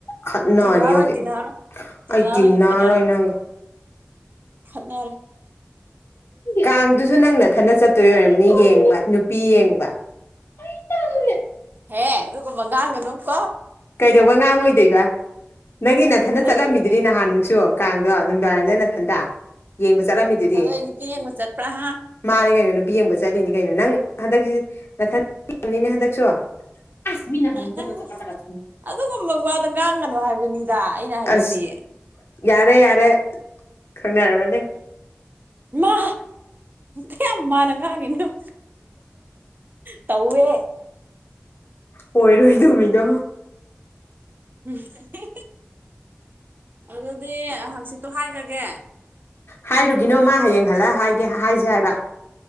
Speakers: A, on the left (about 70°); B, on the right (about 50°).
A: ꯈꯠꯅꯅꯤ
B: ꯇꯤꯟꯅꯔꯣꯏ
A: ꯍꯧꯖꯤꯛ
B: ꯇꯤꯟꯅꯔꯣꯏ ꯇꯤꯟꯅꯔꯣꯏꯁꯦ
A: ꯑꯩ ꯇꯤꯟꯅꯔꯣꯏ
B: ꯈꯠꯅꯔꯦ
A: ꯅꯪꯒ
B: ꯈꯠꯅꯔꯦ
A: ꯀꯥꯡꯗꯨꯖꯨ ꯅꯪ ꯅꯊꯟꯗ ꯆꯠꯇꯣꯏ ꯑꯣꯏꯔꯝꯅꯤ ꯌꯦꯡꯕ ꯅꯨꯄꯤ ꯌꯦꯡꯕ ꯑꯩ ꯇꯜꯂꯦ
B: ꯍꯦ ꯑꯗꯨꯒꯨꯝꯕ ꯉꯥꯡꯒꯅꯨꯀꯣ
A: ꯀꯩꯗꯧꯕꯩ ꯉꯥꯡꯉꯣꯏꯗꯣꯏꯕ ꯅꯪꯗꯤ ꯅꯊꯟꯗ
B: ꯑꯩꯕꯨ
A: ꯆꯠꯂꯝꯃꯤꯗꯨꯗꯤ
B: ꯅꯨꯄꯤ
A: ꯅꯍꯥꯟꯃꯨꯛꯁꯨ ꯀꯥꯡ ꯗꯣ ꯅꯨꯡꯗꯥꯡꯋꯥꯏꯔꯝꯗ ꯅꯊꯟꯗ ꯌꯦꯡꯕ ꯆꯠꯂꯝꯃꯤꯗꯨꯗꯤ
B: ꯑꯗꯣ ꯑꯩ ꯅꯨꯄꯤ ꯌꯦꯡꯕ ꯆꯠꯄ꯭ꯔꯥ ꯍꯥ
A: ꯃꯥꯅꯦ ꯀꯩꯅꯣ ꯅꯨꯄꯤ ꯌꯦꯡꯕ ꯆꯠꯂꯤꯅꯤ ꯀꯩꯅꯣ ꯅꯪ ꯍꯟꯗꯛ ꯁꯤꯅꯊꯟ ꯆꯠꯅꯤꯡꯉꯝꯅꯤꯅꯦ ꯍꯟꯗꯛꯁꯨ ꯑꯁ ꯃꯤꯅ ꯍꯧꯅꯤꯡꯗꯕꯗꯣ
B: ꯅꯪ
A: ꯆꯀꯠ ꯆꯀꯠ
B: ꯑꯗꯨꯒꯨꯝꯕ ꯋꯥꯗꯣ ꯉꯥꯡꯒꯅꯨ ꯍꯥꯏꯕꯅꯤꯗ ꯑꯩꯅ ꯍꯥꯏꯕꯗꯤ
A: ꯑꯁ ꯌꯥꯔꯦ ꯌꯥꯔꯦ ꯈꯪꯅꯔꯕꯅꯦ
B: ꯃꯥ ꯀꯌꯝ ꯃꯥꯟꯅ ꯉꯥꯡꯉꯤꯅꯣ ꯌꯦꯡꯉꯣ ꯇꯧꯋꯦ
A: ꯑꯣꯏꯔꯣꯏ ꯗꯕꯤꯗꯣ
B: ꯍꯥꯍꯥ ꯑꯗꯨꯗꯤ ꯍꯪꯆꯤꯠꯇꯣ ꯍꯥꯏꯒ꯭ꯔꯒꯦ
A: ꯍꯥꯏꯔꯨꯒꯤꯅꯣ ꯃꯥ ꯍꯌꯦꯡ ꯍꯜꯂꯛꯑ ꯍꯥꯏꯒꯦ ꯍꯥꯏꯖꯦ ꯍꯥꯏꯕ